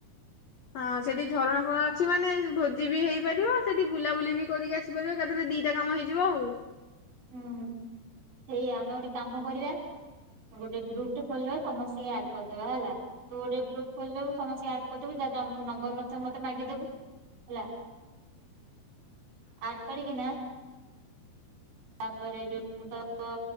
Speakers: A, on the left; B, on the right.
A: ହଁ ସେଠି ଝରଣା ଫରଣା ଅଛି ମାନେ ଭୋ ବି ହେଇପାରିବ ସେଠି ବୁଲାବୁଲି ବି କରିକି ଆସିପାରିବ। ତାହରେ ଦିଟା କାମ ହେଇଯିବ ଆଉ।
B: ହୁଁ ସେୟା ଆମେ ଗୋଟେ କାମ କରିବା। ଗୋଟେ ଗୁପ ଟ ଖୋଲିବା ସମସ୍ତେ ଆଡ କରିଦବା ହେଲା। ତୁ ଗୋଟେ ଗ୍ରୁପ ଖୋଲିଦବୁ ସମସ୍ତେ କରିଦବୁ ଯା ନମ୍ବର ନଥିବ ମତେ ମାଗିଦବୁ। ହେଲା।
A: <inaudible>
B: ଆଡ ତାରିକି ନା ତାପରେ ଯୋଉ